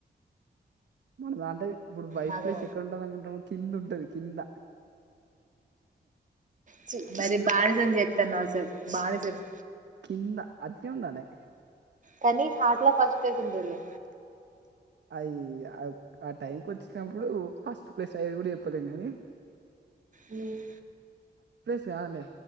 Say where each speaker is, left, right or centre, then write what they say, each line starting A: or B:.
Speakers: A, on the right; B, on the right.
A: మన దాంట్లో ఇబ్బుడు వైఫ్
B: నాకు
A: ప్లేస్ ఎక్కడ ఉంటది అనుకుంటున్నావు కింద ఉంటది కింద
B: చీ
A: కింద
B: మరి బానిసని చేత్తన్నవ్ అసలు బానిసని
A: కింద అట్నే ఉండాలే
B: కానీ హాట్లో ఫస్ట్ ప్లేస్ ఉంటది లే
A: అయ్య ఆ టైంకి వచ్చినప్పుడు ఫస్ట్ ప్లేస్ అయ్యేది కూడ జెప్పలేం గానీ
B: ఉమ్
A: త్యాలే